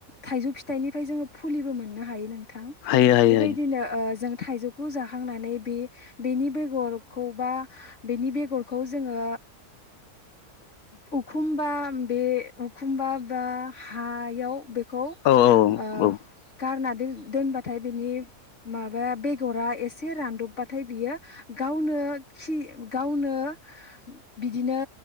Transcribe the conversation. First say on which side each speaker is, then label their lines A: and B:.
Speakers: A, on the left; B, on the left.
A: थाइजौ फिथाइनिफ्राय जोङो फुलिबो मोननो हायो नों थां
B: हायो हायो
A: बेबायदिनो
B: हायो
A: ओ जों थाइजौखौ जाखांनानै बे बेनि बेगरखौ बा बेनि बेगरखौ जोङो ओ एखुमबा बे एखमबा बा हायाव बे खौ ओ
B: औ औ
A: गारना दोन दोनबाथाय बेनि माबा बे गरा एसे रानदबबाथाय बियो गावनो खि गावनो बिदिनो